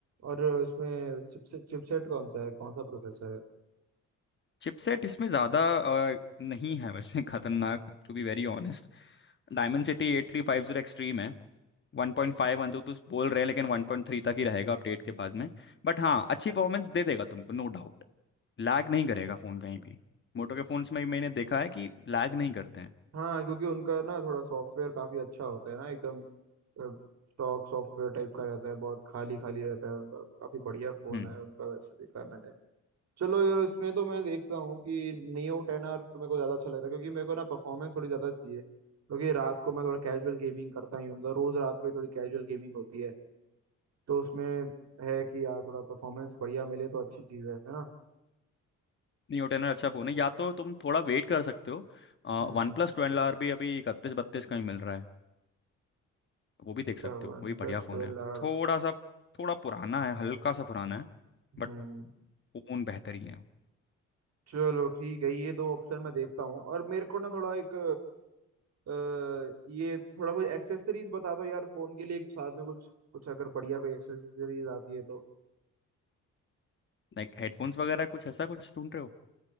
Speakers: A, on the right (about 60°); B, on the left (about 40°).
A: और उसमें चिपसेट चिपसेट कौन सा है कौन सा प्रोसेसर है
B: चिपसेट इसमें ज़्यादा अ, नहीं है वैसे <laughs> खतरनाक to be very honest Dimensity eight three five zero extreme है वन पॉइंट फाइव वन तो तो बोल रहे हैं लेकिन वन पॉइंट थ्री तक ही रहेगा अपडेट के बाद में बट हाँ
A: हम्म
B: अच्छी परफॉर्मेंस दे देगा तुमको नो डाउट। लैग नहीं करेगा फ़ोन कहीं भी मोटो के फ़ोन्स में मैंने देखा है कि लैग नहीं करते हैं
A: हाँ क्योंकि उनका ना थोड़ा सॉफ्टवेयर काफी अच्छा होता है ना एकदम स्टॉक सॉफ्टवेयर टाइप का रहता है बहुत खाली खाली रहता है उनका काफी बढ़िया फोन
B: हम्म
A: है उनका वैसे देखा है मैंने चलो ये- इसमें तो मैं देख रहा हूँ कि नियो टेन आर तो मेरे को ज्यादा अच्छा लग रहा है क्योंकि मेरे को ना परफॉर्मेंस थोड़ी ज्यादा चाहिए क्योंकि रात को मैं थोड़ा कैजुअल गेमिंग करता ही हूँ मतलब रोज रात को ही थोड़ी कैजुअल गेमिंग होती है तो उसमें है कि यार थोड़ा परफॉर्मेंस बढ़िया मिले तो अच्छी चीज है है ना
B: न्यू टेन अच्छा फ़ोन है या तो तुम थोड़ा वेट कर सकते हो
A: हम्म
B: वन प्लस ट्वेल्व आर भी अभी इकतीस बत्तीस का ही मिल रहा है वो भी देख
A: अच्छा
B: सकते
A: वन
B: हो वो भी बढ़िया
A: प्लस
B: फ़ोन
A: ट्वेल्व
B: है
A: आर
B: थोड़ा सा थोड़ा पुराना है हल्का सा पुराना है बट
A: हम्म
B: वो फ़ोन बेहतर ही है
A: चलो ठीक है ये दो ऑप्शन मैं देखता हूँ और मेरे को ना थोड़ा एक अ, ये थोड़ा कोई एक्सेसरीज बता दो यार फोन के लिए एक साथ में कुछ कुछ अगर बढ़िया कोई एक्सेसरीज आती है तो
B: लाइक हेडफोन्स वगैरह कुछ ऐसा कुछ ढूंढ रहे हो